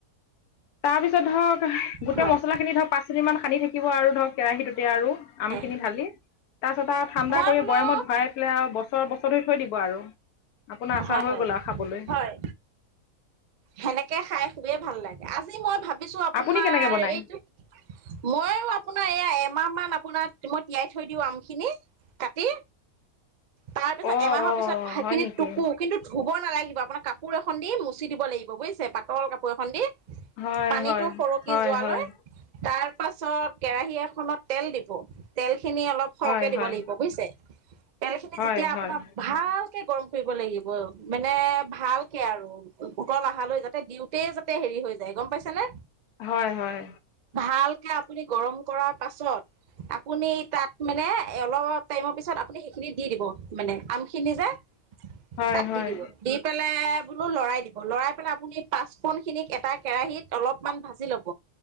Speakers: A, on the left; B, on the right.
A: তাৰপিছত ধৰক গোটেই
B: হয়
A: মছলা খিনি ধৰক পাঁচ মিনিট মান সানি থাকিব আৰু ধৰক কেৰাহীটোতে আৰু,
B: হয়
A: আমখিনি ঢালি তাৰ পিছত আৰু ঠাণ্ডা
B: মই
A: কৰি
B: বোলো
A: বয়ামত ভৰাই পেলাই আৰু বছৰ-বছৰ ধৰি থৈ দিব আৰু আপোনাৰ আচা
B: হয়
A: হৈ
B: হয়
A: গ'ল আৰু খাবলৈ।
B: হয় সেনেকে খাই খুবেই ভাল লাগে আজি মই ভাব ছো আপোনাৰ
A: আপুনি কেনেকৈ বনায়
B: এইটো মইয়ো আপোনাৰ এইয়া এমাহ মান <unintelligible> মই তিয়াই থৈ দিওঁ আমখিনি কাটি তাৰ পিছত
A: অঁ
B: এমাহৰ
A: অঁ
B: পিছত ভাতখিনি
A: হয় নেকি
B: টুকো কিন্তু ধুব নালাগিব আপোনাৰ কাপোৰ এখন দি মচি দিব লাগিব বুজিছে পাতল কাপোৰ এখন দি
A: হয়
B: পানীতো
A: হয়
B: সৰকি
A: হয়
B: যোৱা
A: হয়
B: লৈ তাৰ তাৰ পাছত কেৰাহী এখনত তেলদিব তেল খিনি অলপ সৰহকে
A: হয়
B: দিব
A: হয়
B: লাগিব বুজিছে তেল খিনি
A: হয়
B: যেতিয়া
A: হয়
B: আপোনাৰ ভাল কে গৰম কৰিব লাগিব মানে ভালকে আৰু উতল অহালৈ যাতে দিওঁতে যাতে হেৰি হৈ গম পাইছে নে?
A: হয় হয়
B: ভালকে আপুনি গৰম কৰাৰ পাছত আপুনি তাত মানে অলপ টাইমৰ পিছত আপুনি সেইখিনি দি দিব। মানে আমখিনি যে
A: হয়
B: তাত
A: হয়
B: দি দিব, দি পেলাই <unintelligible> লৰাই দিব, লৰাই পেলাই আপুনি পাঁচপুৰনখিনিক এটা কেৰাহিত অলপমান ভাজি ল'ব